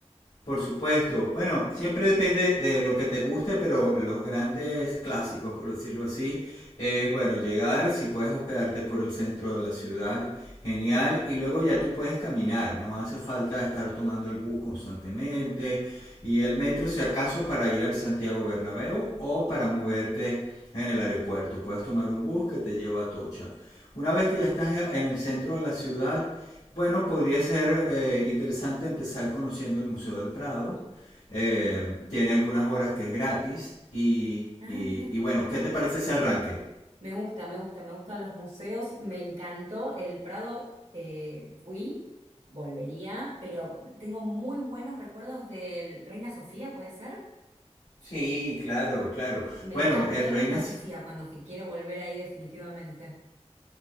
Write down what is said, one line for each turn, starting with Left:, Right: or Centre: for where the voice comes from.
Left: Por supuesto. Bueno, siempre depende de lo que te guste, pero los grandes clásicos, por decirlo así, es bueno, llegar, si puedes hospedarte por el centro de la ciudad, genial, y luego ya tú puedes caminar, no hace falta estar tomando el bus constantemente y el metro si acaso para ir al Santiago Bernabéu o para moverte en el aeropuerto. Puedes tomar un bus que te lleva a Tocha. Una vez que ya estás en el centro de la ciudad, bueno, podría ser eh, interesante empezar conociendo el Museo del Prado. Eh, tiene algunas horas que es gratis. Y,
Right: Ah,
Left: y-
Right: mira.
Left: y bueno, ¿qué te parece ese arranque?
Right: Me gusta, me gusta, me gustan los museos. Me encantó el Prado. eh, fui, volvería, pero tengo muy buenos recuerdos del Reina Sofía, ¿puede ser?
Left: Sí, claro, claro.
Right: Me
Left: Bueno,
Right: encantó
Left: el
Right: el
Left: Reinas
Right: Reina Sofía cuando fui. Quiero volver ahí definitivamente.